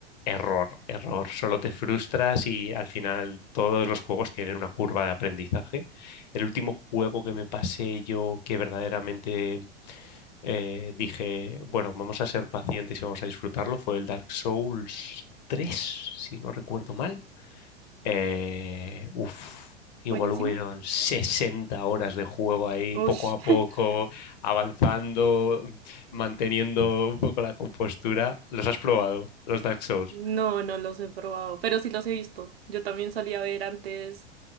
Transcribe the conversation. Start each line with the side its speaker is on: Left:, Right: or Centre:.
Left: Error, error. Solo te frustras y al final todos los juegos tienen una curva de aprendizaje el último juego que me pasé yo que verdaderamente eh, dije, bueno, vamos a ser pacientes y vamos a disfrutarlo, fue el Dark Souls tres si no recuerdo mal. Eh, uf, igual
Right: Buenísimo.
Left: hubieron 60 horas de juego ahí,
Right: Ush.
Left: poco a poco,
Right: <laughs>
Left: avanzando, manteniendo un poco la compostura. ¿Los has probado, los Dark Souls?
Right: No, no los he probado, pero sí los he visto. Yo también solía ver antes,